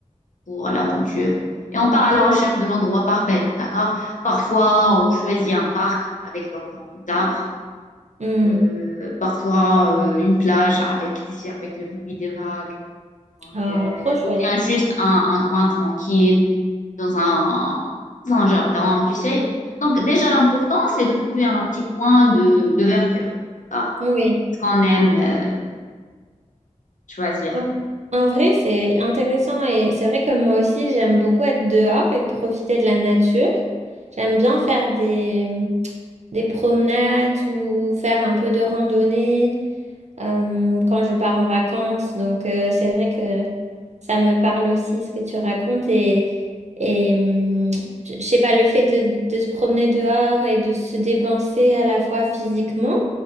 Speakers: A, on the left; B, on the right.
A: pour l'aventure. Et on part à
B: Trop
A: la recherche de l'endroit parfait, d'accord? Parfois,
B: bien.
A: on choisit un parc avec de grands arbres,
B: Mm.
A: euh, parfois euh, une plage avec, tu sais, avec le bruit des vagues, donc,
B: Ah,
A: euh,
B: trop chouette.
A: ou bien juste un, un coin tranquille dans un, dans un jardin, tu sais. Donc déjà, l'important, c'est de trouver un petit coin de, de verdure, d'accord?
B: Oui.
A: ce qu'on aime euh, choisir.
B: En en vrai, c'est intéressant et c'est vrai que moi aussi, j'aime beaucoup être dehors et profiter de la nature. J'aime bien faire des, des promenades ou faire un peu de randonnée euh, quand je pars en vacances. Donc, euh, c'est vrai que ça me parle aussi ce que tu racontes. Et, et hum, je je sais pas, le fait de, de se promener dehors et de se dépenser à la fois physiquement